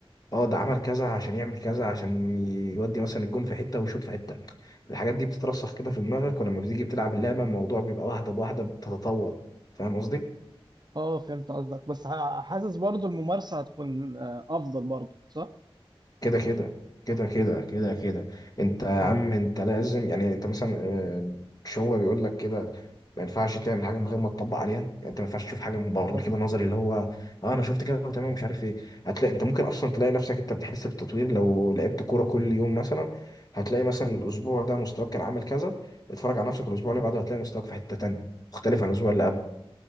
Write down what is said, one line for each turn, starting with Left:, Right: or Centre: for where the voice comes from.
Left: اه ده عمل كذا عشان يعمل كذا عشان يودي مثلا الجون في حته ويشوط في حته الحاجات دي بتترسخ كده في دماغك ولما بتيجي بتلعب اللعبه الموضوع بيبقى واحده بواحده بتتطور فاهم قصدي
Right: اه فهمت قصدك بس ح- حاسس برضو الممارسة هتكون آه، افضل برضو صح؟
Left: كده كده كده كده كده كده انت يا
Right: مم.
Left: عم انت لازم يعني انت مثلا آه، مش هو بيقول لك كده ما ينفعش تعمل حاجه من غير ما تطبق عليها يعني انت ما ينفعش تشوف حاجه من بره
Right: بالظبط
Left: كده نظري اللي هو اه انا شفت كده وتمام مش عارف ايه هتلاقي انت ممكن اصلا تلاقي نفسك انت بتحس بالتطوير لو لعبت كوره كل يوم مثلا هتلاقي مثلا الاسبوع ده مستواك كان عامل كذا اتفرج على نفسك الاسبوع اللي بعده هتلاقي مستواك في حته تانيه مختلف عن الاسبوع اللي قبله